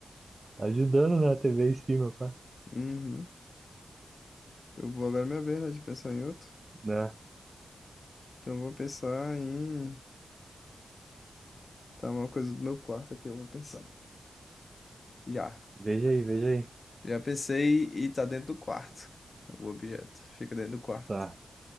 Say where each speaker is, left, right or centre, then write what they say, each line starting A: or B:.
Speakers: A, on the right; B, on the left.
A: Tá ajudando, né, a TV em cima, pá.
B: Uhum. Eu vou agora é minha vez, né, de pensar em outro.
A: Né?
B: Então eu vou pensar em. Tá uma coisa do meu quarto aqui, eu vou pensar. Já.
A: Veja aí, veja aí.
B: Já pensei e tá dentro do quarto. O objeto. Fica dentro do quarto.
A: Tá.